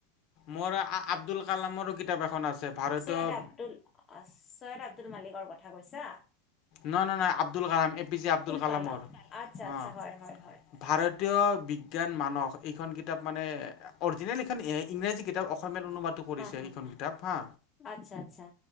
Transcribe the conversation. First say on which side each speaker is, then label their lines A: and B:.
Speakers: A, on the left (about 50°); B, on the left (about 25°).
A: মোৰ আব্দুল কালামৰো কিতাপ এখন আছে ভাৰতীয়
B: চৈয়দ আব্দুল চৈয়দ আব্দুল মালিকৰ কথা কৈছা।
A: নহয়, নহয় আব্দুল কালামৰ, A P J Abdul কালামৰ
B: Kalam
A: অ'।
B: আচ্ছা আচ্ছা হয় হয় হয়
A: ভাৰতীয় বিজ্ঞান। মানস এইখন কিতাপ মানে অৰিজিনেল এইখন ইংৰাজী কিতাপ অসমীয়া। অনুবাদ কৰিছে
B: হা হা
A: এইখন কিতাপ হা
B: আচ্ছা আচ্ছা